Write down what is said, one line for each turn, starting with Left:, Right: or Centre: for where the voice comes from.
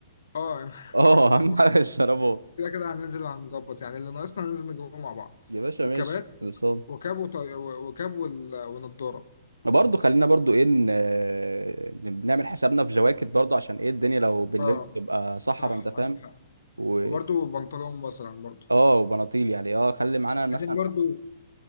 Left: اه
Right: <laughs> اه
Left: <laughs>
Right: اهم حاجه الشرابات
Left: كده كده هننزل على المظبط يعني اللي ناقصنا هننزل نجيبه مع بعض
Right: يا باشا
Left: وكبات
Right: ماشي خلصان
Left: وكاب وطي... وكاب وال... ونضارة
Right: برضه خلينا برضه ايه ن- آه، نعمل حسابنا في جواكت برضه عشان ايه الدنيا لو بالليل
Left: اه
Right: تبقى صحرا
Left: صح
Right: انت فاهم
Left: عندك حق
Right: و
Left: وبرده بنطلون مثلا برضو
Right: اه وبناطيل يعني اه خلي معانا مثلا
Left: عايزين برضو